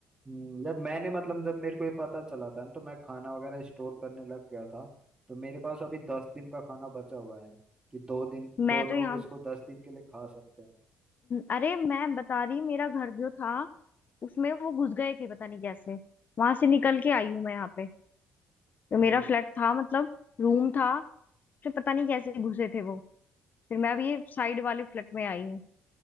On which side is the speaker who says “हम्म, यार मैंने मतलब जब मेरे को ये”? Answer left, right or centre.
Right